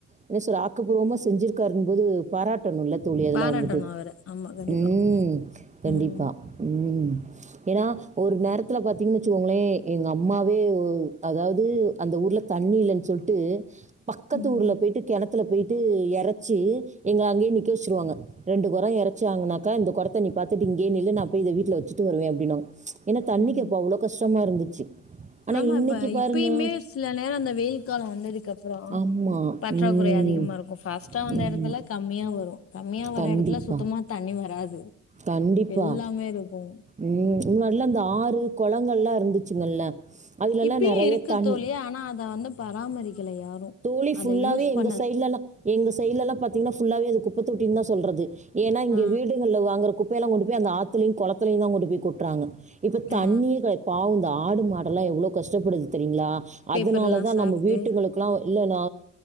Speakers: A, on the right; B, on the left.
A: என்ன சொற ஆக்கப்பூர்வமா செஞ்சிருக்காருன்போது பாராட் இப்பனுல்ல தோழி அதெல்லா
B: பாராட்டணு
A: வந்துட்டு
B: அவர ஆமா கண்டிப்பா
A: ம் கண்டிப்பா
B: ம்
A: ம் ஏனா ஒரு நேரத்துல பாத்தீங்கன்னு வச்சுக்கோங்களே எங்க அம்மாவே உ அதாவ்து அந்த ஊர்ல தண்ணி இல்லன் சொல்ட்டு பக்கத்து
B: ம்
A: ஊர்ல போயிட்டு கெணத்துல போயிட்டு எறைச்சு எங்க அங்கேயே நிக்க வச்சிருவாங்க ரெண்டு கொரோ எறச்சாங்கனாக்க இந்த கொடத்த நீ பாத்துட்டு இங்கேயே நில்லு நா போய் இத வீட்டுல வச்சுட்டு வருவே அப்டின்னாங்க ஏன்னா தண்ணிக்கு
B: ம்
A: அப்போ அவ்ளோ கஷ்டமா இருந்துச்சு ஆனால்
B: ஆமா
A: இன்னைக்கு
B: இப்ப
A: பாருங்க
B: இப்பையுமே சில நேரோ அந்த வெயில் காலம் வந்ததுக்கு அப்றோ
A: ஆமாம்
B: பற்றாக்குறை
A: ம்
B: அதிகமா இருக்கு ஃபாஸ்ட்டா வந்த
A: ஆமா.
B: எடத்துலக் கம்மியா வரு கம்மியா வர
A: கண்டிப்பா.
B: எடத்துல சுத்தமா தண்ணி வராது
A: கண்டிப்பா.
B: எல்லாமே இருக்கு
A: ம் முன்னாடில்லா அந்த ஆறு கொளங்கள்லா இருந்துச்சுங்கல்ல அதுலலாம்
B: இப்பையு
A: நெறைய
B: இருக்கு
A: தண்ணி
B: தோழி ஆனா அத வந்து பராமரிக்கல யாரு
A: தோழி ஃபுல்லாவே
B: அத யூஸ்
A: எங்க
B: பண்ணல
A: சைடுலெல்லா எங்க சைடுலெல்லா பாத்தீங்கன்னா ஃபுல்லாவே அது குப்பைத்தொட்டின்தா சொல்றது ஏன்னா இங்கே
B: ஆ
A: வீடுகள்ல வாங்குற குப்பையெல்லா கொண்டு போய் அந்த ஆத்துலையு கொளத்தலையுந்தா கொண்டு போய் கொட்றாங்க இப்ப தண்ணியே
B: ஆ
A: க பாவு இந்த ஆடு மாடல்லா எவ்ளோ கஷ்டப்படுது தெரியுங்களா
B: பேப்பர்
A: அதனால
B: எல்லா
A: தா
B: சாப்ட்டு
A: நம்ம வீட்டுகளுக்கு நா இல்லனா